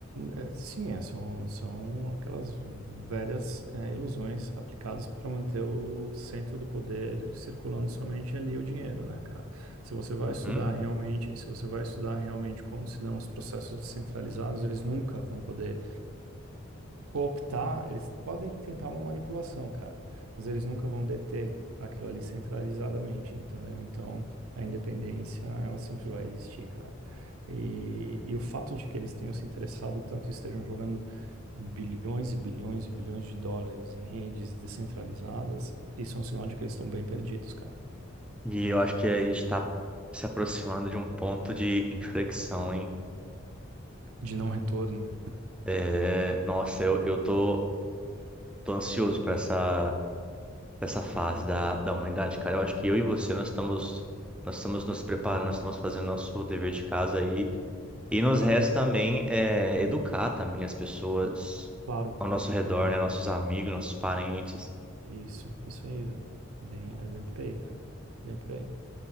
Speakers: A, on the right; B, in the centre.
A: é, Sim, é, são, são aquelas velhas é, ilusões aplicadas para manter o centro do poder circulando somente ali o dinheiro, né, cara? Se você vai
B: Uhum.
A: estudar realmente, se você vai estudar realmente como se dão os processos descentralizados, eles nunca vão poder cooptar, eles podem tentar uma manipulação, cara, mas eles nunca vão deter aquilo ali centralizadamente, entendeu? Então, a independência, ela sempre vai existir, cara. E, e o fato de que eles tenham se interessado tanto e estejam jogando bilhões e bilhões e bilhões de dólares em redes descentralizadas, isso é um sinal de que eles estão bem perdidos, cara.
B: E eu acho que a gente está se aproximando de um ponto de inflexão, hein?
A: De não retorno.
B: É, nossa, eu, eu tô, tô ansioso para essa, pra essa fase da, da humanidade, cara. Eu acho que eu e você, nós estamos, nós estamos nos preparando, nós estamos fazendo nosso dever de casa aí. E nos resta também é, educar também as pessoas
A: Claro,
B: ao nosso redor,
A: claro.
B: né? Nossos amigos, nossos parentes.
A: Isso, isso aí, velho. Bem, é bem por aí, cara. Bem por aí.